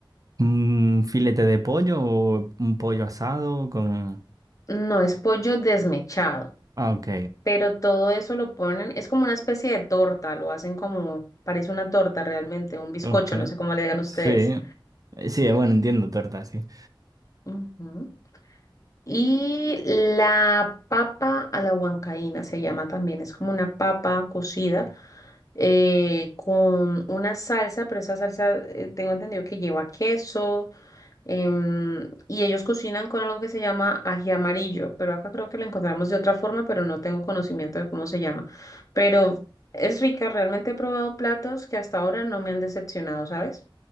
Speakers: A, on the right; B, on the left.
A: un filete de pollo o un pollo asado con...
B: No, es pollo desmechado.
A: Ah, ok,
B: pero todo eso lo ponen, es como una especie de torta, lo hacen como, parece una torta realmente, un bizcocho,
A: ok.
B: no sé cómo le digan ustedes.
A: Sí, eh, sí, bueno, entiendo torta, sí.
B: Ujú. Y la papa a la huancaína se llama también, es como una papa cocida eh, con una salsa, pero esa salsa eh, tengo entendido que lleva queso, Em, y ellos cocinan con algo que se llama ají amarillo, pero acá creo que lo encontramos de otra forma, pero no tengo conocimiento de cómo se llama. Pero es rica, realmente he probado platos que hasta ahora no me han decepcionado, ¿sabes?